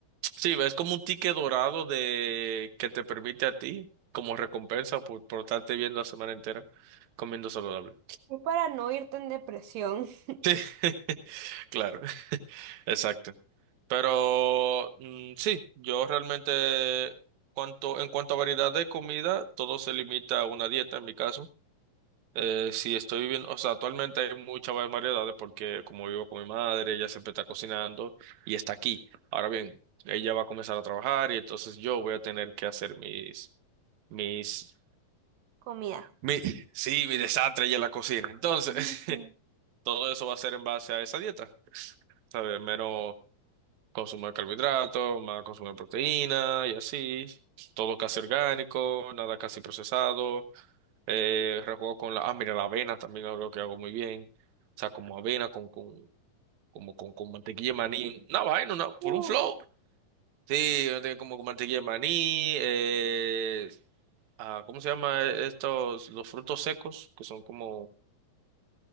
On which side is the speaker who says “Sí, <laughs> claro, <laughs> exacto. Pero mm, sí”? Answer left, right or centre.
Right